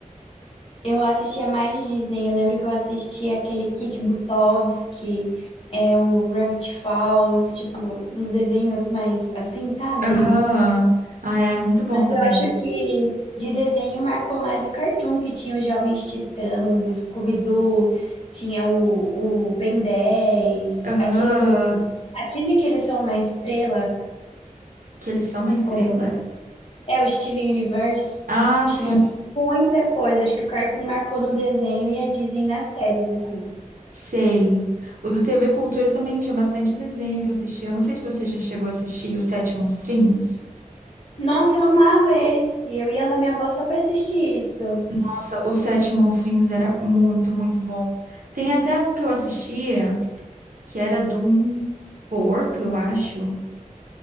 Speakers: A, on the left; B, on the right.
A: Eu assistia mais Disney. Eu lembro que eu assistia aquele Kik Buttowski, é, o Gravity Falls, tipo, uns desenhos mais assim, sabe?
B: Aham. Ah, era muito bom
A: Mas
B: também.
A: eu acho que de desenho marcou mais o Cartoon, que tinha os Jovens Titãs, Scooby-Doo, tinha o, o Ben dez
B: Aham.
A: aquele, do, aquele que eles são uma estrela,
B: Que eles são uma estrela?
A: o, é o Steven Universe.
B: Ah,
A: Tinha
B: sim,
A: muita coisa. Acho que o Cartoon marcou no desenho e a Disney nas séries, assim.
B: sei. O do TV Cultura também tinha bastante desenho que eu assistia. Eu não sei se você já chegou a assistir Os Sete Monstrinhos.
A: Nossa, eu amava esse. Eu ia na minha avó só pra assistir isso.
B: Nossa, Os Sete Monstrinhos era muito, muito bom. Tem até um que eu assistia que era de um porco, eu acho.